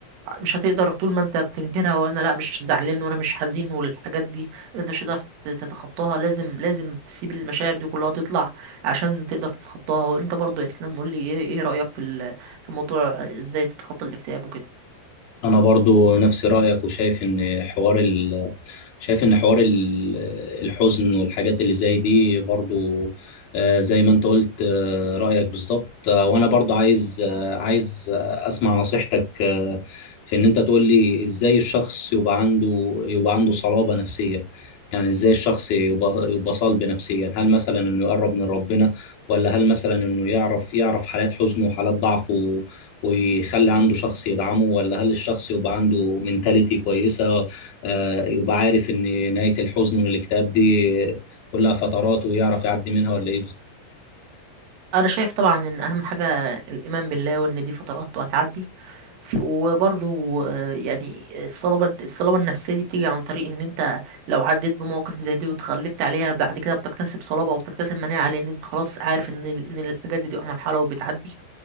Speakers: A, on the right (about 80°); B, on the left (about 55°).
A: مش هتقدر طول ما انت بتنكرها وانا لا مش زعلان وانا مش حزين والحاجات دي انت مش هتقدر تتخطاها لازم لازم تسيب المشاعر دي كلها تطلع عشان تقدر تتخطاها وانت برضو يا اسلام قول لي ايه ايه رأيك في ال- في موضوع ازاي تتخطى الاكتئاب وكده
B: انا برضو نفس رايك وشايف ان حوار ال... شايف ان حوار ال- الحزن والحاجات اللي زي دي برضو آه، زي ما انت قلت آه، رايك بالظبط آه، وانا برضو عايز آه، عايز آه، اسمع نصيحتك آه، في ان انت تقول لي ازاي الشخص يبقى عنده يبقى عنده صلابة نفسية يعني ازاي الشخص يبقى يبقى صلب نفسيا هل مثلا انه يقرب من ربنا ولا هل مثلا انه يعرف يعرف حالات حزنه وحالات ضعفه ويخلي عنده شخص يدعمه ولا هل الشخص يبقى عنده منتاليتي كويسة آه، يبقى عارف إن نهاية الحزن والاكتئاب دي كلها فترات ويعرف يعدي منها ولا إيه
A: انا شايف طبعا ان اهم حاجه الايمان بالله وان دي فترات وهتعدي ف- وبرضو آه، يعني الصلابه الصلابه النفسيه دي بتيجي عن طريق ان انت لو عديت بمواقف زي دي وتغلبت عليها بعد كده بتكتسب صلابه وبتكتسب مناعه لان انت خلاص عارف ان ال- ان الحاجات دي بتبقى مرحله وبتعدي